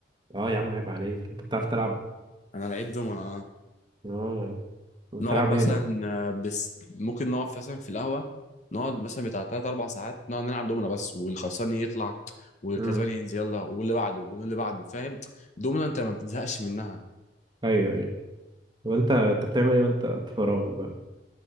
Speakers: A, on the right (about 25°); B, on the left (about 40°).
A: اه يا عم عيب عليك انت بتعرف تلعب
B: انا لقيت دومنة اه
A: اه بتلعب
B: نقعد
A: ايه
B: مثلا
A: بقى
B: آه، بس ممكن نقعد مثلا في القهوه نقعد مثلا بتاع تلات اربع ساعات نقعد نلعب دومنة بس والخسران يطلع والكسبان
A: امم
B: ينزل يلا واللي بعده واللي بعده فاهم دومنة انت ما بتزهقش منها
A: ايوه ايوه طب انت انت بتعمل ايه وانت في فراغك بقى